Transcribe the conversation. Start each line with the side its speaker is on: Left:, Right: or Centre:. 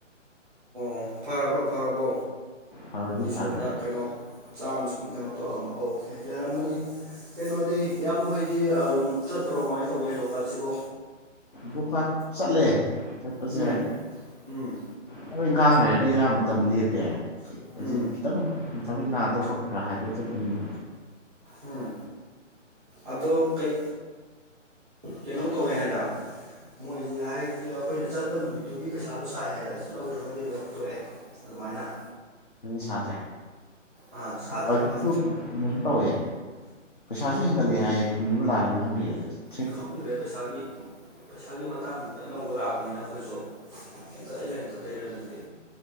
Centre: ꯑꯣ ꯐꯔꯕꯣ ꯐꯔꯕꯣ
Left: ꯐꯕꯗꯤ
Centre: ꯑꯩ
Left: ꯐꯈ꯭ꯔꯦ
Centre: ꯁꯣꯝꯗ ꯀꯩꯅꯣ ꯆꯥꯃ ꯁꯨꯝ ꯀꯩꯅꯣ ꯇꯧꯔꯝꯕ ꯑꯣꯀꯦ ꯌꯥꯔꯝꯃꯅꯤ ꯀꯩꯅꯣꯗꯤ ꯏꯌꯥꯝꯕ ꯍꯩꯗꯤ ꯑꯗꯨꯝ ꯆꯠꯇ꯭ꯔꯣ ꯀꯃꯥꯏꯅ ꯇꯧꯒꯦ ꯍꯖꯣꯛꯄꯥꯠꯁꯤꯕꯣ
Left: ꯍꯣꯀꯥꯠ ꯆꯠꯂꯦ ꯆꯠꯄꯁꯦ
Centre: ꯎꯝ ꯎꯝ
Left: ꯊꯕ ꯏꯪꯈꯥꯡ ꯂꯩꯔ ꯗꯤ ꯑꯌꯥꯝꯕ ꯃꯇꯝ ꯂꯦꯞꯄꯦ ꯍꯧꯖꯤꯛ
Centre: ꯎꯝ
Left: ꯈꯤꯇꯪ ꯊꯕꯛ ꯏꯟꯈꯥꯡ ꯑꯇꯣꯞꯄ ꯈꯔ ꯈꯔ ꯍꯥꯏꯗꯣꯛꯑ ꯆꯠꯇꯔꯤꯅꯣ
Centre: ꯎꯝ ꯑꯗꯣ ꯀꯩ ꯀꯩꯅꯣ ꯇꯧꯋꯦ ꯍꯥꯏꯗ ꯃꯣꯏꯁꯦ ꯍꯥꯏꯗꯤ ꯑꯩꯈꯣꯏꯅ ꯆꯠꯄ ꯅꯨꯃꯤꯠꯇꯨꯒꯤ ꯄꯩꯁꯥꯗꯣ ꯁꯥꯏ ꯍꯥꯏꯗꯅ ꯆꯠꯍꯧꯗ꯭ꯔꯒꯗꯤ ꯑꯗꯨꯝ ꯇꯣꯛꯑꯦ ꯑꯗꯨꯃꯥꯏꯅ
Left: ꯁꯥꯠꯇ꯭ꯔꯦ
Centre: ꯑꯥ ꯁꯥꯗ꯭ꯔꯦꯕ
Left: ꯑꯗꯨꯁꯨꯅꯣ ꯇꯧꯋꯦ ꯄꯩꯁꯥꯁꯨ ꯍꯦꯟꯒꯠꯂꯦ ꯍꯥꯏꯌꯦ ꯆꯨꯝꯕ ꯂꯥꯜꯂꯤꯕ ꯈꯪꯗꯦ ꯍꯥꯏ
Centre: ꯈꯪꯗ꯭ꯔꯦ ꯄꯩꯁꯥꯒꯤ ꯄꯩꯁꯥꯒꯤ ꯃꯇꯥꯡꯗ ꯑꯅꯧꯕ ꯂꯥꯛꯄꯅꯤꯅ ꯑꯩꯈꯣꯏꯁꯨ ꯍꯦꯟꯀꯠꯏꯔ ꯍꯦꯟꯀꯠꯠꯇꯩꯔꯦ ꯑꯗꯨꯖꯤꯛꯇꯤ